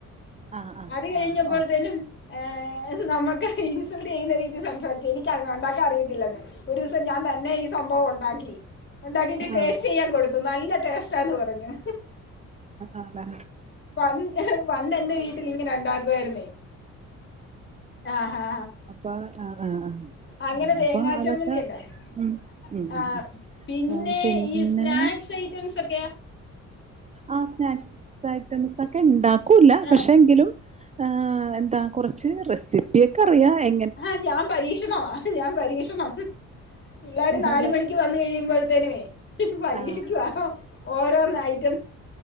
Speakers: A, on the right; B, on the left.
A: ആഹ് ആഹ്
B: അത് കഴിഞ്ഞപ്പോഴത്തേനും
A: ആഹ് ആഹ്
B: ഏഹ് നമുക്ക് ഇൻസൾട്ട് ചെയ്യുന്ന രീതിയിൽ സംസാരിച്ചു എനിക്കത്ണ്ടാ ക്കറിയത്തില്ലെന്ന് ഒരൂസം ഞാൻ തന്നെ ഈ സംഭവം ഉണ്ടാക്കി ഉണ്ടാക്കീട്ട് ടേസ്റ്റ്
A: ആഹ്
B: ചെയ്യാൻ കൊടുത്തു നല്ല ടേസ്റ്റാന്ന് പറഞ്ഞു
A: ആണാ
B: പൺ പണ്ടെന്റെ വീട്ടിലിങ്ങനെ ഉണ്ടാക്കുവായിരുന്നേ ആ ആഹാ
A: പ ആഹ് ആഹ് ആഹ്
B: അങ്ങനെ
A: ആഹ്
B: തേങ്ങാ
A: അപ്പൊ അതൊക്കെ
B: ചമ്മന്തിയുണ്ടാക്കി
A: ഉം ഉം ഉം
B: ആഹ് പിന്നെ
A: ആഹ് പിന്നെ
B: ഈ സ്നാക്സ് ഐറ്റംസ് ഒക്കെ
A: ആഹ് സ്നാക്സ് ഐറ്റംസ് ഒക്കെണ്ടാക്കൂല്ല പക്ഷെ
B: ആഹ്
A: എങ്കിലും ആഹ് എന്താ കുറച്ച് റെസിപ്പിയൊക്കെ അറിയാം എ
B: ആഹ് ഞാൻ പരീക്ഷണമാ ഞാൻ പരീക്ഷണം പിള്ളേര് നാല്
A: അതെ
B: മണിക്ക് വന്നു കഴിയുമ്പോഴത്തേനേ പരീക്ഷിക്കുവാ
A: ആഹ്
B: ഓരോന്നായി